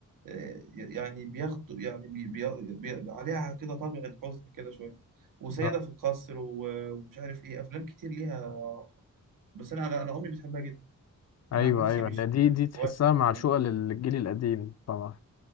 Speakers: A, on the right (about 90°); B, on the left (about 55°).
A: آه، يعني بياخدوا يعني بي... بي... بي... عليها كده طابع الحزن كده شوية وسيدة
B: اه
A: في القصر و... ومش عارف ايه افلام كتير ليها بس انا انا أنا امي بتحبها جدا
B: ايوه
A: انا عن نفسي
B: ايوه
A: مش
B: هي دي
A: مش
B: دي تحسها
A: هواية فتحي
B: معشوقة
A: حمامة بصراحة.
B: للجيل القديم طبعا